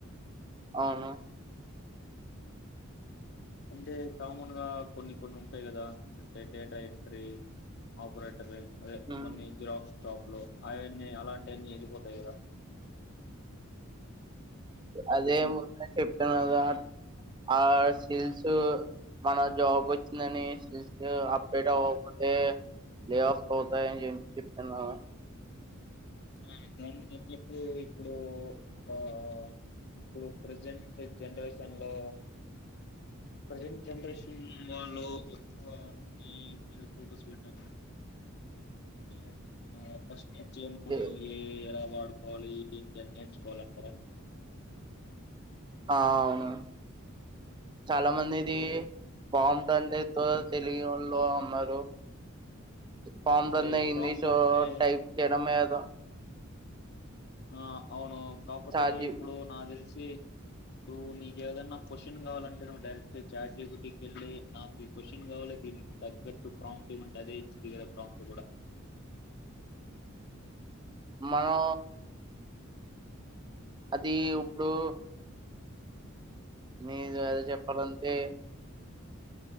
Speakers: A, on the right; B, on the left.
A: అవును
B: అంటే కామన్ గా కొన్ని కొన్ని ఉంటాయి కదా అంటే డేటా ఎంట్రీ ఆపరేటర్ అదే
A: ఉమ్
B: కొన్ని జీరాక్ టాప్ లో అవన్నీ అలాంటివన్నీ వెళ్ళిపోతాయి గదా
A: అదే ముందు చెప్న్నారు ఆ సిల్స్ మనకి జాబ్ వచ్చిందని అప్డేట్ అవ్వకపోతే! ప్లే ఆఫ్ పోతాయీ జెప్తున్నాన
B: ఆ దానికి థగట్టు ఇప్పుడు ఆ ఇప్పుడు ప్రజెంట్ జనరేషన్ లో ప్రజెంట్ జనరేషన్ వాళ్ళు ఎక్కువ దేనిమీద ఫోకస్ పెట్టి <inaudible> అ ప్రశని మనం
A: ఏ-
B: ఏఐ ఎలా వాడుకోవాలి <unintelligible> నేర్చుకోవాలి అంటారా?
A: ఆ అవును చాలా మందిది పాం తంట త తెలుగు వాళ్ళు ఉన్నరు ఫామ్
B: అంటే
A: రన్న
B: ప్రాంప్ట్
A: ఇంగ్లీష్
B: అంటే
A: టైప్ చేయడంమే కదా
B: ఆ అవును కాపోతే
A: ఛార్జీ
B: ఇప్పుడు నా తెలిసి ఇప్పుడు నీక ఏదైన్నా నా క్వశ్చన్ కావాలంటే నువ్ డైరెక్ట్ చార్జ్ జి పి టి కిళ్ళి నాకు ఈ క్వశ్చన్ కావాలి తగ్గట్టు ప్రాంప్ట్ టీమంటే అదే ఇచ్చిద్ది ప్రాంప్ట్ కూడా <inaudible>
A: మన అది ఇప్పుడు మీ ఏదో చెప్పాలంతే